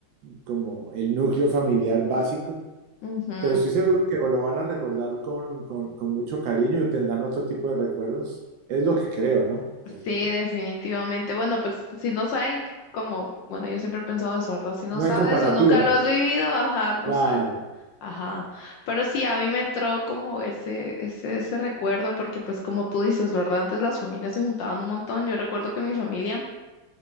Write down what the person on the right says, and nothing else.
como el núcleo familiar básico,
pero estoy seguro que lo van a recordar con, con- con mucho cariño y tendrán otro tipo de recuerdos. Es lo que creo, ¿no? Es
lo que
creo.
No
hay comparativa.
Claro,